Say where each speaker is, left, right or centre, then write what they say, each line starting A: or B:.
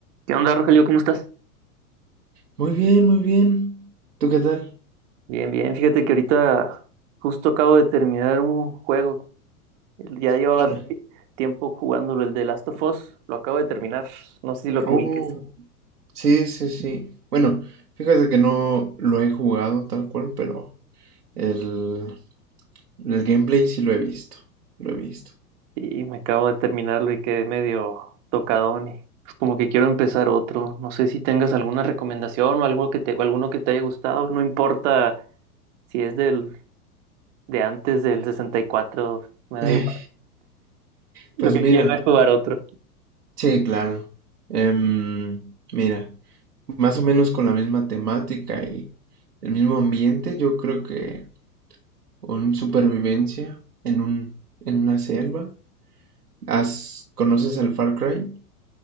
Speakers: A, on the right; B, on the right.
A: ¿Qué onda, Rogelio? ¿Cómo estás?
B: Muy bien, muy bien. ¿Tú qué tal?
A: Bien, bien. Fíjate que ahorita justo acabo de terminar un juego. Ya llevaba
B: ¿Cuál?
A: tiempo jugándolo, el de Last of Us. Lo acabo de terminar. No sé si lo
B: Oh,
A: ubiques.
B: sí, sí, sí. Bueno, fíjate que no lo he jugado tal cual, pero el, el gameplay sí lo he visto. Lo he visto.
A: Y me acabo de terminarlo y quedé medio tocadón y pues como que quiero empezar otro. No sé si tengas alguna recomendación o algo que te, o alguno que te haya gustado. No importa si es del de antes del 64. me da
B: Eh,
A: igual.
B: Pues
A: Lo que
B: mira,
A: quiero es jugar otro.
B: sí, claro. Em, mira, más o menos con la misma temática y el mismo ambiente, yo creo que un supervivencia en un, en una selva. ¿Has, conoces el Far Cry?